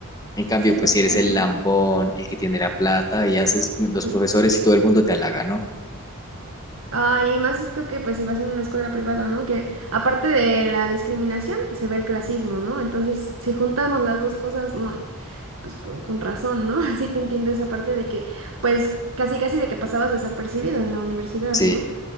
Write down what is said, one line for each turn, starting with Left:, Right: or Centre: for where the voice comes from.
Left: en cambio,
Right: Sí,
Left: pues
Right: el rechazo.
Left: si eres el lambón, el que tiene la plata y haces los
Right: sí.
Left: profesores y todo el mundo te halaga, ¿no?
Right: Ay, y más tú que pues si vas en una escuela privada, ¿no? Que aparte de la discriminación, se ve el clasismo, ¿no? Entonces, si juntamos las dos cosas, no, pues con, con razón, ¿no? <laughs> Así te entiendo esa parte de que, pues, casi casi de que pasabas desapercibido en la universidad,
Left: Sí,
Right: ¿no?